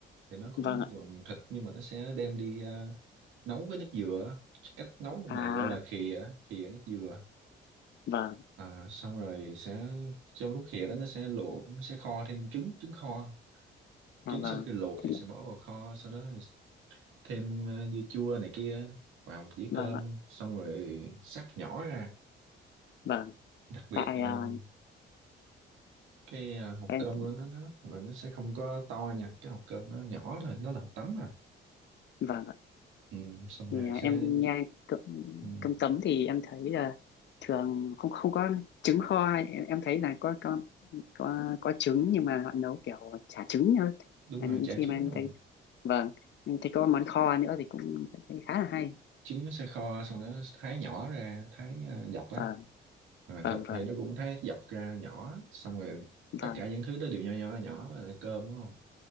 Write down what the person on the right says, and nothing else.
thì nó cũng
dùng thịt nhưng mà nó sẽ đem đi ờ, nấu với nước dừa á. cách nấu lần
này gọi là khìa á, khìa nước dừa
à, xong rồi sẽ trong lúc khìa đó nó sẽ luộc nó sẽ kho thêm trứng trứng kho trứng
sau khi luộc
thì sẽ
bỏ vào kho sau đó thêm ờ, dưa chua này kia vào một dĩa
cơm
xong rồi xắt nhỏ ra
đặc biệt
ờ, cái à, hộp
cơm của nó nó là nó sẽ không có to nha cái hộp cơm nó nhỏ thôi nó là hộp tấm mà
ừ, xong
rồi
sẽ
ừ,
đúng
rồi
chả
trứng
thôi
trứng nó sẽ kho xong nó thái nhỏ ra thái à, dọc á
rồi
thịt
thì nó cũng thái dọc ra nhỏ xong rồi
tất cả những thứ đó đều nho nhỏ nhỏ và là cơm đúng không